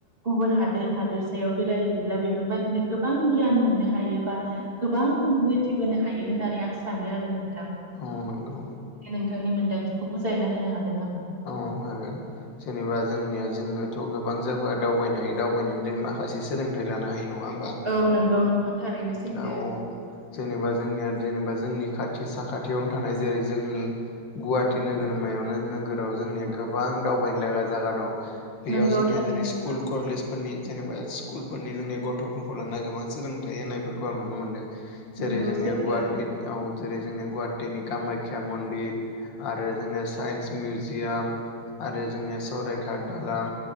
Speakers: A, on the right (about 25°); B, on the left (about 60°).
A: गुबुन हादोर हादोर बेरायहैयोब्ला बेफोरबायदिनो गोबां गियान मोननो हायो बा गोबां मिथिबोनो हायो। हायो होननानै आं सानो आरो नोंथां
B: औ नोंगौ।
A: नोंथांनि मोन्दांथिखौ बुजायना होनो हागोन नामा।
B: औ हागोन जेनेबा जोंनिया जोंङोथ' गोबां ज दावबायनो हायो दावबायनानै जों मासे सोलोंथाइ लानो हायो नङा होमबा।
A: औ नंगौ नोंथां थारैनो सैथो।
B: औ औ जेनेबा जोंनिया जेनेबा जोंनि खाथि साखाथियावनो थानाय जेरै जोंनि। गुवाहाटि नोगोरमायावनो नोगोर जोंनिया गोबां दावबायनो लागा जागा दं बेयाव
A: नंगौ
B: जोंनिया
A: थारैनो नोंथां
B: <unintelligible> स्कुल कलेजफोरनि जेनेबा स्कुलफोरनि जोंनि गथ'फोरखौ लांना गोबां सोलोंथाइ होननायफोरखौ आं नुनो मोनदों। जेरै
A: नंगौ
B: जोंनिया
A: सैथो
B: गुवाहाटिनि औ जेरै जोंनि गुवाहाटिनि कामाख्या मन्दिर आरो जोंनिया साइन्स मिउजि मिउजियाम आरो जोंनिया सरायघाद दालां